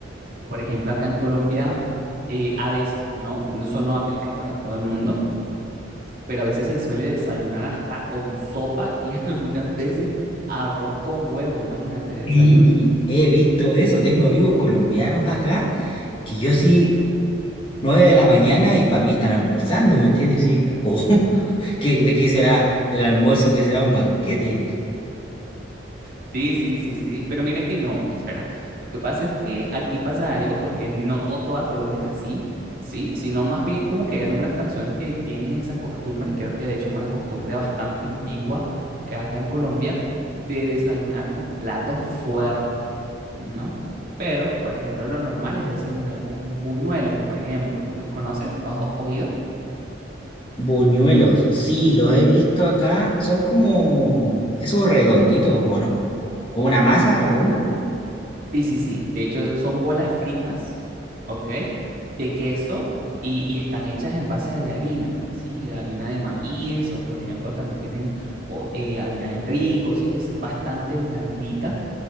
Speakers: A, on the right (about 50°); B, on the left (about 30°).
A: por ejemplo, acá en Colombia eh, a veces, ¿no? Eso no aplica para todo el mundo, pero a veces se suele desayunar hasta con sopa y <laughs> algunas veces arroz con huevo, imagínate, desayuno.
B: Y he visto eso, tengo amigos colombianos acá que yo sí, nueve de la mañana y para mí están almorzando, ¿me entiendes? Y Sí, oh, <laughs> ¿qué- ¿de qué será el almuerzo? ¿Qué será un banquete?
A: Sí, sí, sí, sí, pero mira que no, espera. Lo que pasa es que aquí pasa algo porque no toda Colombia es así, ¿sí? Sino más bien como que hay algunas personas que tienen esa costumbre, creo que de hecho es una costumbre bastante antigua que acá en Colombia, de desayunar con platos fuertes, ¿no? Pero, por ejemplo, lo normal es desayunar con buñuelos, por ejemplo. ¿Los conoces? ¿Los has oído?
B: Buñuelos, sí, los he visto acá, son como esos redonditos, ¿o no? Como una masa redonda.
A: Sí, sí, sí. De hecho, son bolas fritas, ¿ok? De queso y, y están hechas en base de harina, ¿sí? Harina de maíz o, por ejemplo, también tienen o, eh, harina de trigo, ¿sí? Es bastante blandita.